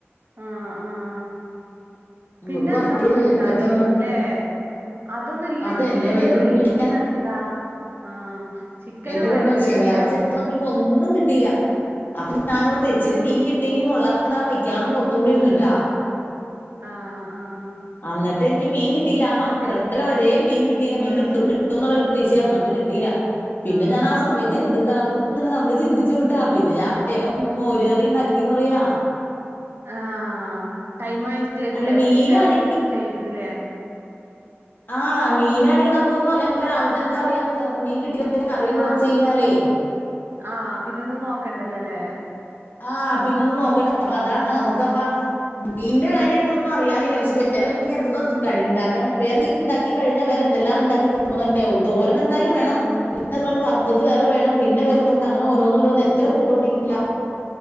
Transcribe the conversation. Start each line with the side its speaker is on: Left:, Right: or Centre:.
Right: ആഹ് ആഹ്
Left: നമുക്കും
Right: പിന്നെന്താ
Left: അറിയില്ലല്ലോ
Right: കൂട്ടാന്
Left: ഇപ്പത്തെ ഒന്നാമത്
Right: ഇല്ലേ അതൊന്നും ഇല്ലെങ്കി
Left: അതന്നെ
Right: മീനൊന്നും
Left: വേറെ
Right: ഇല്ലെങ്കി
Left: എന്ത്
Right: പിന്നെ എന്താ? ആഹ് ചിക്കനും
Left: എന്റെ
Right: ഭയങ്കര
Left: പൊന്നോ ശനിയാഴ്ച
Right: വിലാ
Left: നോക്കിയപ്പോ ഒന്നും കിട്ടീല്ല അപ്പൊ ഞാനോർത്ത്
Right: ആഹ്
Left: ഇച്ചിരി മീൻ കിട്ടീങ്കി മോ വയ്ക്കാന്ന് ഓർത്തോണ്ടിരിന്നിട്ടാ
Right: ആഹ് ആഹ്
Left: അന്നിട്ട് എനിക്ക് മീൻ കിട്ടിയില്ലാ പന്ത്രടരവരേയും
Right: കിട്ടിയോ
Left: മീൻ കിട്ടീല്ല മീൻ
Right: ആഹ്
Left: കിട്ടും കിട്ടു കിട്ടൂന്നുള്ളൊരു പ്രതീഷയാർന്നു എന്നി‌ട്ട് കിട്ടീല്ല പിന്നെ
Right: ആഹ്
Left: ഞാനാ സമയത്ത്
Right: ആഹ്
Left: എന്ത് ഉണ്ടാക്കൂന്ന് നമ്മള് ചിന്തിച്ച കൂട്ട
Right: ഉം
Left: പിന്നെ ഞാൻ വേഗം മോര് കറി ഉണ്ടാക്കിന്ന് പറയാ
Right: ആഹ് ടൈം ചെയ്തിലേ
Left: അല്ല മീനാണ്
Right: ഉച്ചയാവും ചെയ്തിലേ
Left: ആഹ് മീനാണെങ്കിൽ നമ്മുക്കൊന്നും അറിയണ്ട രാവിലെ തന്നെ കറിയങ്ങട് മീൻ കിട്ടികഴിഞ്ഞ കറിയങ്ങട് വെച്ച്കഴിഞ്ഞാലെ
Right: ആഹ് ആഹ് പിന്നെ ഒന്നും നോക്കണ്ടല്ലല്ലേ
Left: ആഹ് പിന്നെ ഒന്നും നോക്കണ്ട അപ്പൊ അതാണ് നമ്മുക്കിപ്പ മീന്റെ കാര്യണാങ്കി ഒന്നും അറിയാനില്ല പക്ഷേ വേറെ എന്ത കഴ ഉണ്ടാക്കണം വേറെ ഇനീ ഉണ്ടാക്കി കഴിഞ്ഞാ
Right: ഉം
Left: വേറെ എന്തെല്ലാം ഉണ്ടാക്കി കൂട്ടണന്ന് അറിയോ തോരൻ എന്തായാലും വേണം
Right: ഉം
Left: <unintelligible> വറുത്തത് വേറെ വേണം പിന്നെ <unintelligible> അങ്ങന ഓരോന്നോരോന്ന് എത്ര കൂട്ടം ഉണ്ടെങ്കില